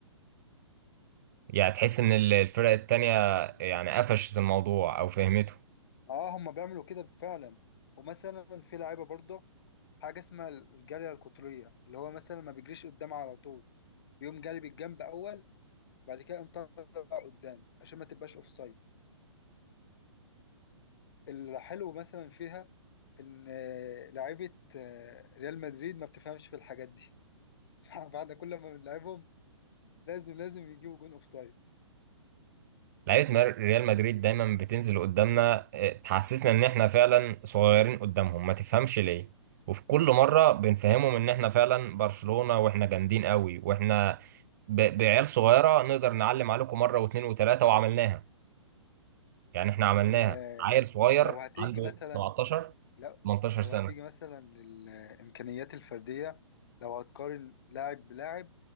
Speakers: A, on the right; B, on the left.
A: يعني تحس ان ال- الفرق التانية يعني قفشت الموضوع او فهمته
B: اه هما بيعملوا كده فعلا ومثلا في لعيبه برضه حاجه اسمها الجاريه القطريه اللي هو مثلا ما بيجريش قدام على طول بيقوم جاري بالجنب اول بعد كده يقوم طالع قدام عشان ما تبقاش اوفسايد الحلو مثلا فيها ان لعيبه آه، ريال مدريد ما بتفهمش في الحاجات دي <laughs> بعد كل ما بنلعبهم لازم لازم يجيبوا جون اوفسايد
A: لعيبة مر- ريال مدريد دايما بتنزل قدامنا آه، تحسسنا ان احنا فعلا صغيرين قدامهم ما تفهمش ليه وفي كل مرة بنفهمهم ان احنا فعلا برشلونة واحنا جامدين قوي واحنا ب- بعيال صغيرة نقدر نعلم عليكم مرة واثنين وثلاثة وعملناها يعني احنا عملناها
B: ال- آه،
A: عيل صغير
B: لو هتيجي
A: عنده
B: مثلا
A: 17
B: لو
A: 18
B: لو
A: سنة
B: هتيجي مثلا للامكانيات الفرديه لو هتقارن لاعب بلاعب